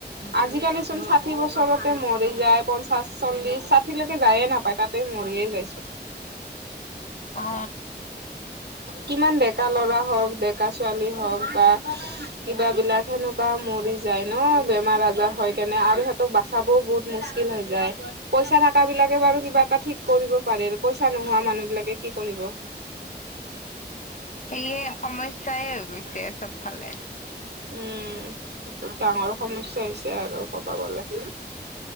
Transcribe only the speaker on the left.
অ
সেয়ে সমস্যাই হৈ গৈছে চবফালে।